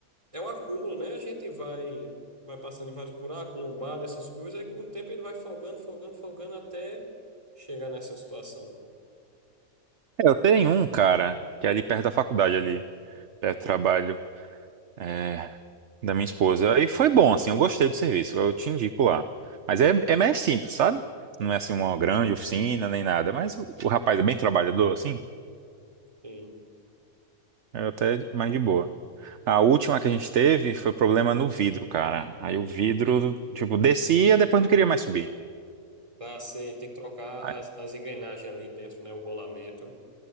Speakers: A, on the right; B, on the right.
A: é o acúmulo, né? A gente vai vai passando em vários buracos, lombada, essas coisas, aí com o tempo ele vai folgando, folgando, folgando até chegar nessa situação.
B: É, eu tenho um, cara, que é ali perto da faculdade, ali, perto do trabalho, é, da minha esposa. E foi bom, assim, eu gostei do serviço, eu te indico lá. Mas é, é mais simples, sabe? Não é assim uma grande oficina nem nada, mas o, o rapaz é bem trabalhador, assim,
A: Sim.
B: é até mais de boa. A última que a gente teve foi problema no vidro, cara. Aí o vidro, tipo, descia, depois não queria mais subir.
A: Pra ser, tem que trocar
B: Aí-
A: as, as engrenagens ali dentro, né? O rolamento.